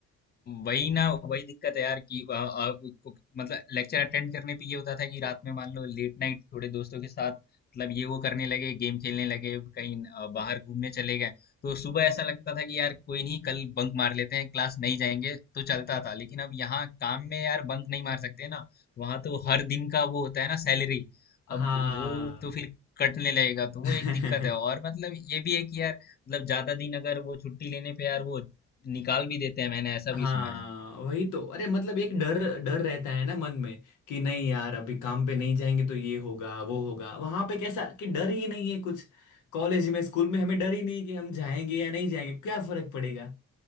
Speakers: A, on the left; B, on the left.
A: वही ना वही दिक्कत है यार कि आ, आ, को- मतलब लेक्चर अटेंड करने पे ये होता था कि रात में मान लो लेट नाइट थोड़े दोस्तों के साथ मतलब ये वो करने लगे गेम खेलने लगे कहीं आ, बाहर घूमने चले गए तो सुबह ऐसा लगता था कि यार कोई नहीं कल बंक मार लेते हैं क्लास नहीं जाएंगे तो चलता था लेकिन अब यहाँ काम में यार बंक नहीं मार सकते ना वहां तो हर दिन का वो होता है ना सैलरी
B: हाँ
A: अब वो तो फिर कटने लगेगा तो वो
B: <laughs>
A: एक दिक्कत है और मतलब ये भी है कि यार मतलब ज्यादा दिन अगर वो छुट्टी लेने पे यार वो निकाल भी देते हैं मैंने ऐसा
B: हाँ
A: भी सुना है
B: वही तो अरे मतलब एक डर डर रहता है ना मन में कि नहीं यार अभी काम पे नहीं जाएंगे तो ये होगा वो होगा वहां पे कैसा कि डर ही नहीं है कुछ कॉलेज में स्कूल में हमें डर ही नहीं कि हम जाएंगे या नहीं जाएंगे क्या फर्क पड़ेगा